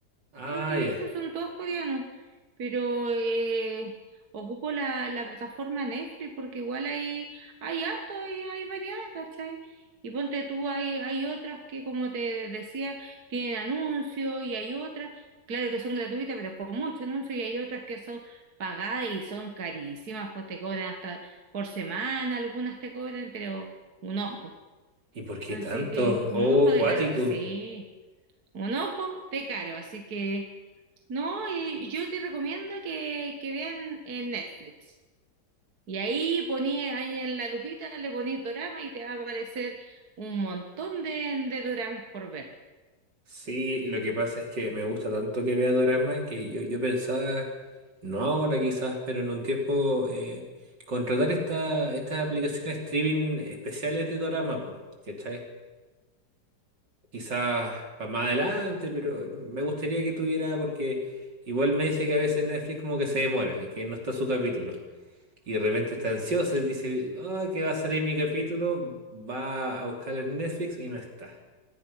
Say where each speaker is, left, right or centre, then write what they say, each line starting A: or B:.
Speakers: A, on the right; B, on the right.
A: Ah,
B: Yo lo que he
A: ya.
B: visto son todos coreanos, pero eh, ocupo la, la plataforma Netflix porque igual hay, hay harto, hay, hay variedad, ¿cachai? Y ponte tú, hay, hay otras que, como te decía, tienen anuncios y hay otras, claro que son gratuitas, pero con mucho anuncio y hay otras que son pagadas y son carísimas, pues te cobran hasta por semana, algunas te cobran, pero un ojo.
A: ¿Y por qué
B: Así
A: tanto?
B: que un
A: Oh,
B: ojo
A: cuático.
B: de caro, sí, un ojo de caro, así que... No, y yo te recomiendo que, que vean en Netflix. Y ahí poní, ahí en la lupita le ponís dorama y te va a aparecer un montón de, de doramas por ver.
A: Sí, lo que pasa es que me gusta tanto que vea Dorama que yo, yo pensaba, no ahora quizás, pero en un tiempo, eh, contratar esta, estas aplicaciones streaming especiales de Dorama, po, ¿cachai? Quizás para más adelante, pero me gustaría que tuviera, porque igual me dice que a veces Netflix como que se demora, que no está su capítulo. Y de repente está ansiosa y dice, ah, que va a salir mi capítulo, va a buscarlo en Netflix y no está.